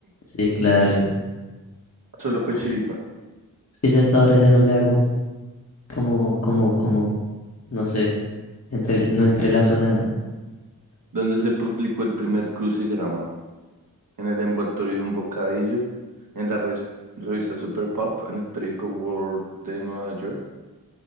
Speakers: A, on the left; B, on the right.
A: Sí, claro.
B: Solo fue
A: Es
B: Chiripa,
A: que ya a esta hora ya no le hago como, como, como, no sé, entre, no entre la zona
B: donde se publicó el primer crucigrama, en el envoltorio de un bocadillo, en la res- revista Super Pop, en el periódico World de Nueva York,